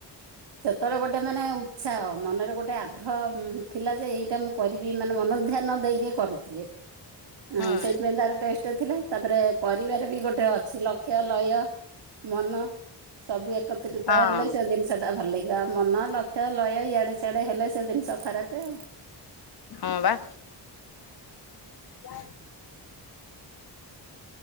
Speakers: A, on the right; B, on the left.
A: ସେତେବେଳେ ଗୋଟେ ମାନେ ଉତ୍ସାହ ମନରେ ଗୋଟେ ଆଗ୍ରହ ଥିଲା ଯେ ଏଇଟା ମୁଁ କରିବି ମାନେ ମନ ଧ୍ୟାନ ଦେଇକି କରୁଥିଲେ। ହଁ
B: ହୁଁ
A: ସେଇଥିପାଇଁ ତାର ଟେଷ୍ଟ ଥିଲା ତାପରେ କରିବାରେ ବି ଗୋଟେ ଅଛି ଲକ୍ ଲକ୍ଷ ଲୟ ମନ ସବୁ ଏକତ୍ରିତ
B: ହଁ
A: ହେଲେ ସେ ଜିନିଷ। ଭଲ ଲାଗିବ ଆଉ ମନ ଲକ୍ଷ୍ୟ ଲହ ଇଆଡେ ସିଆଡେ ହେଲେ ସେ ଜିନିଷ ଖରାପେ ଆଉ।
B: ହଁ ବା। ହଁ